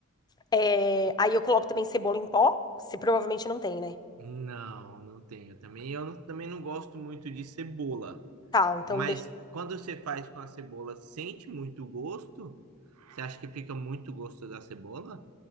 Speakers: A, on the left (about 20°); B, on the right (about 80°).
A: É, aí eu coloco também cebola em pó. Você provavelmente não tem, né?
B: Não, não tenho também. Eu não- também não gosto muito de cebola.
A: Tá, então
B: Mas
A: deixa.
B: quando você faz com a cebola, sente muito o gosto? Você acha que fica muito gosto da cebola?